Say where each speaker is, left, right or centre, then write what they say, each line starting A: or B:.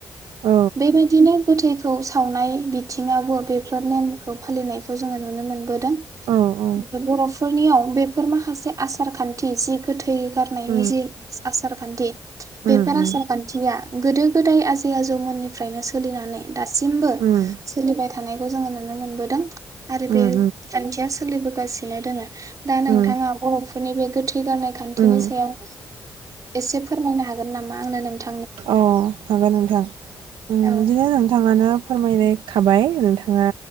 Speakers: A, on the right; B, on the right.
A: औ
B: बे बादिनो गोथैखौ सावनाय बिथिंङावबो बेफोर नेम खौ फालिनायखौ जोंङो नुनो मोनबोदों।
A: औ औ
B: <unintelligible> फोरनियाव बे फोर माखासे आसारखान्थि जि गोथै गारनायनि
A: उम
B: जि आसार खान्थि
A: उम
B: बेफार
A: उम
B: आसार खान्थिया गोदो गोदाय आजै आजौ मोननिफ्रायनो सोलिनानै दासिमबो
A: उम
B: सोलिबाय थानायखौ जोंङो नुनो मोनबोदों। आरो
A: उम
B: बे खान्थियास सोलिबोगासिनो दोंङो
A: उम
B: <unintelligible> थांया <unintelligible> फोरनि बे गोथै गारनाय खान्थिनि
A: उम
B: सायाव एसे फोरमायनो हागोन नामा आंनो नोंथां
A: अह हागोन नोंथां ओ
B: औ
A: बिदिनो नोंथांङानो फोरमायनाय थाबाय नोंथांङा